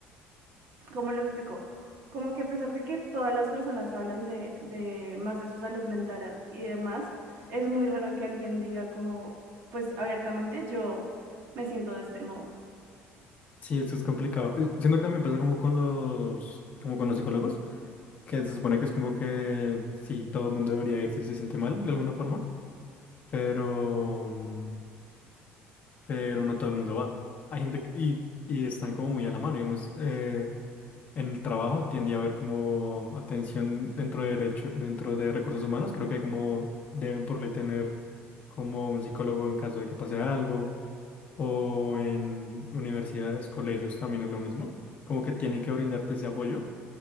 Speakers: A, on the right (about 55°); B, on the left (about 35°).
A: ¿cómo lo explico? Como que a pesar de que todas las personas hablan de, de más de su salud mental a- y demás, es muy raro que alguien diga como, pues abiertamente, yo me siento de este modo.
B: Sí, esto es complicado. Eh, Siento que también pasa como con los, como con los psicólogos, que se supone que es como que sí, todo el mundo debería ir si se siente mal de alguna forma, pero, mm, pero no todo el mundo va. Hay gente que, y, y están como muy a la mano, digamos, eh, en el trabajo tiende a haber como atención dentro de derecho, dentro de recursos humanos, creo que hay como deben por ley tener como un psicólogo en caso de que pase algo, o en universidades, colegios también es lo mismo, como que tienen que brindarte ese apoyo